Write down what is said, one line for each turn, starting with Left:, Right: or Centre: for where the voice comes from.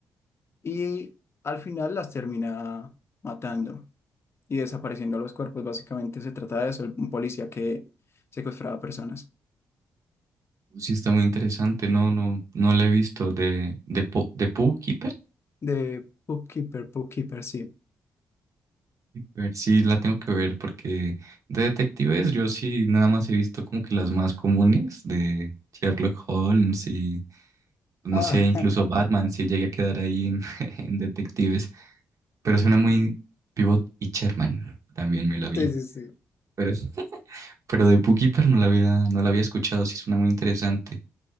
Left: y al final las termina matando. y desapareciendo los cuerpos. Básicamente se trata de eso, el- un policía que secuestraba personas.
Right: Sí, está muy interesante. No, no, no la he visto. De, de, Po- de Pooh Keeper.
Left: De Bookkeeper, Bookkeeper, sí.
Right: Keeper, Sí, la tengo que ver porque de detectives yo sí nada más he visto como que las más comunes de Sherlock Holmes y no
Left: Ah,
Right: sé, incluso
Left: <laughs>
Right: Batman, sí llegué a quedar ahí en, <laughs> en detectives. Pero suena muy Pivot y Sherman. También me la vi.
Left: sí, sí, sí.
Right: Pero, <laughs> pero de Pooh Keeper no la había, no la había escuchado. Sí, suena muy interesante.